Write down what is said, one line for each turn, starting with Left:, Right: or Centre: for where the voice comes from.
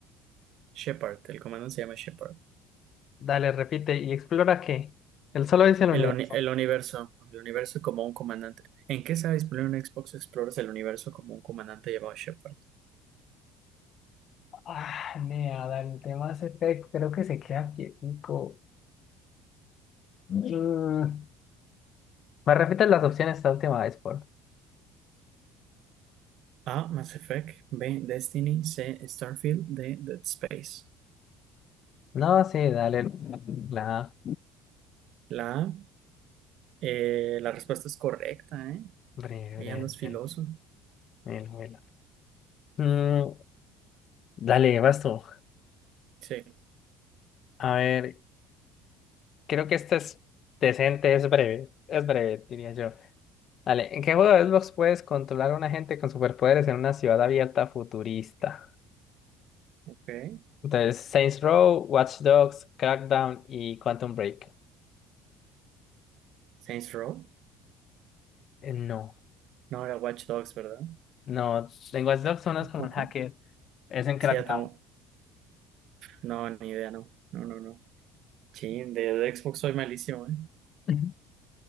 Right: Shepard, el comandante se llama Shepard.
Left: Dale, repite y explora qué. Él solo dice el
Right: El,
Left: universo.
Right: uni- el universo, el universo como un comandante. ¿En qué está disponible un Xbox Explorers el universo como un comandante llamado Shepard?
Left: Ah, nea, dale, el de Mass Effect creo que se queda quietico. Mm, ¿Me repites las opciones esta última vez, por?
Right: A. Mass Effect. B. Destiny. C. Starfield. D. Dead Space.
Left: No, sí, dale. La.
Right: La A. eh, la respuesta es correcta, ¿eh?
Left: breve,
Right: Ahí
Left: breve,
Right: andas filoso.
Left: breve, breve. mil. Mm, dale, vas tú.
Right: Sí.
Left: A ver, creo que este es decente, es breve. Es breve, diría yo. Dale, ¿en qué juego de Xbox puedes controlar a un agente con superpoderes en una ciudad abierta futurista?
Right: Ok.
Left: Entonces, Saints Row, Watch Dogs, Crackdown y Quantum Break.
Right: Saints Row.
Left: Eh, no,
Right: No era Watch Dogs, ¿verdad?
Left: no, en Watch Dogs uno
Right: Tampoco.
Left: es como un hacker, es en
Right: Sí,
Left: Crackdown.
Right: ya tengo. No, ni idea, no. No, no, no. sí de, de Xbox soy malísimo, ¿eh?
Left: Ujú.